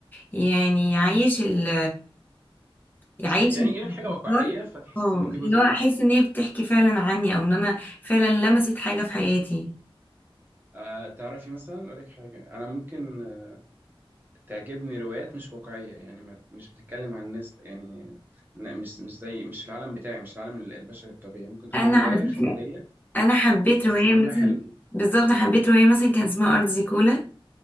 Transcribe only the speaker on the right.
يعني
ايه من حاجة واقعية فتحسي
ان انت جزء
منها
أه تعرفي مثلا اقول لك حاجة انا ممكن آه، تعجبني روايات مش واقعية يعني ما مش بتتكلم عن ناس يعني ن- مش مش زي مش في العالم بتاعي مش في العالم ال- البشري الطبيعي ممكن تكون
رواية
خيالية
بس
معمولة
حلو